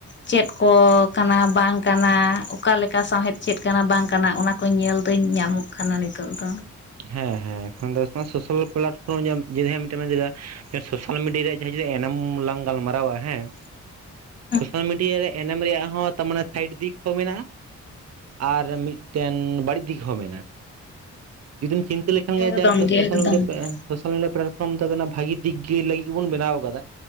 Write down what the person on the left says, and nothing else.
ᱪᱮᱫ ᱠᱚ ᱠᱟᱱᱟ ᱵᱟᱝ ᱠᱟᱱᱟ ᱚᱠᱟᱞᱮᱠᱟ ᱥᱟᱶᱦᱮᱫ ᱪᱮᱫ ᱠᱟᱱᱟ ᱵᱟᱝ ᱠᱟᱱᱟ ᱚᱱᱟ ᱠᱚ ᱧᱮᱞ ᱫᱟᱹᱧ ᱧᱟᱢᱚᱜ ᱠᱟᱱᱟ ᱱᱤᱛᱚᱜ ᱫᱚ᱾
<inaudible>
ᱮᱠᱫᱚᱢ
ᱮᱠᱫᱚᱢ
ᱜᱮ